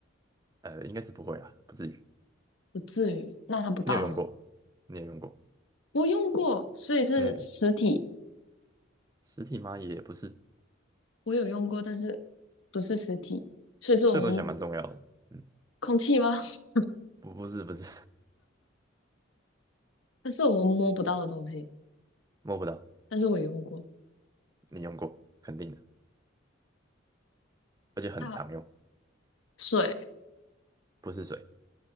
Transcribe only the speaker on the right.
呃，应该是不会啦，不至于。
你有用过？你有用过？
嗯，实体吗？也不是，
这个东西还蛮重要的。嗯，
不，不是，不是，
<laughs> 摸不到。
你用过，肯定的，而且很常用，
不是水，